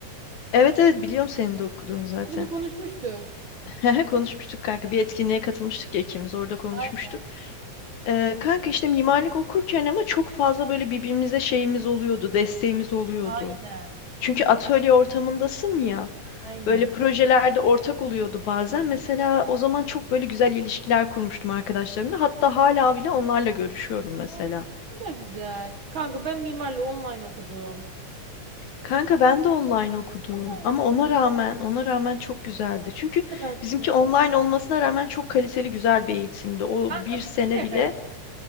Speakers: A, on the left; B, on the right.
A: evet evet biliyorum senin de okuduğunu zaten.
B: bunu konuşmuştuk.
A: <laughs> Konuşmuştuk kanka. Bir etkinliğe katılmıştık ya ikimiz orada konuşmuştuk.
B: Aynen.
A: E, kanka işte mimarlık okurken ama çok fazla böyle birbirimize şeyimiz oluyordu, desteğimiz oluyordu.
B: Aynen.
A: Çünkü atölye ortamındasın ya.
B: Aynen.
A: Böyle projelerde ortak oluyordu bazen. Mesela o zaman çok böyle güzel ilişkiler kurmuştum arkadaşlarımla. Hatta hala bile onlarla görüşüyorum mesela.
B: Oo, ne kadar güzel. Kanka ben mimarlığı online okudum.
A: Kanka ben de online okudum
B: Ana,
A: ama ona rağmen ona rağmen çok güzeldi. Çünkü
B: ne kadar güzel.
A: bizimki online olmasına rağmen çok kaliteli güzel bir eğitimdi. O
B: Kanka
A: bir sene
B: bizimki de
A: bile
B: kaliteli.